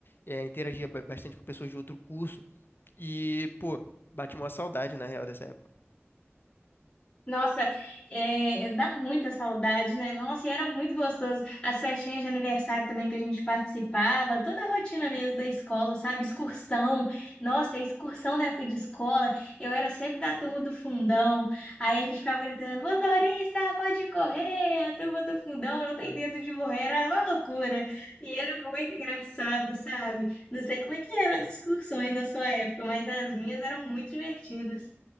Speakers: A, on the left (about 50°); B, on the left (about 20°).
A: eh, interagia ba- bastante com pessoas de outro curso e pô, bate uma saudade na real dessa época.
B: Nossa, é, dá muita saudade, né? Nossa, e era muito gostoso. As festinhas de aniversário também que a gente participava, toda a rotina mesmo da escola, sabe? Excursão. Nossa, a excursão na época de escola, eu era sempre da turma do fundão. Aí a gente ficava gritando: motorista, pode correr! A turma do fundão não tem medo de morrer. Era uma loucura. E era muito engraçado, sabe? Não sei como é que eram as excursões na sua época, mas as minhas eram muito divertidas.